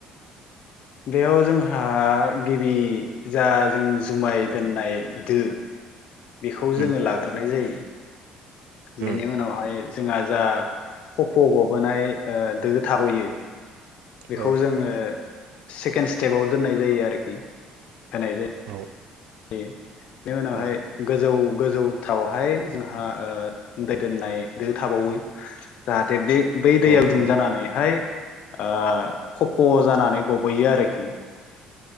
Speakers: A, on the left; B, on the right.
A: बेयाव जोंहा गिबि जा जों जुमाय दोननाय दो बेखौ
B: उम
A: जोङो लाग्रोनाय जायो
B: उम
A: बेनि उनावहाय जोंहा जा खफ' गबोनाय ओ दो थाबोयो बेखौ
B: औ
A: जोङो सेकेण्ड स्टेपाव दोननाय जायो आरोखि होनाय जायो
B: औ
A: बेनि उनावहाय
B: औ
A: गोजौ गोजौ थावहाय जोंहा ओ दै दोननाय दो थाबावो जाहाथे बे बै दैयाव
B: औ
A: दुंजानानैहाय ओ खफ' जानानै गबोयो आरोखि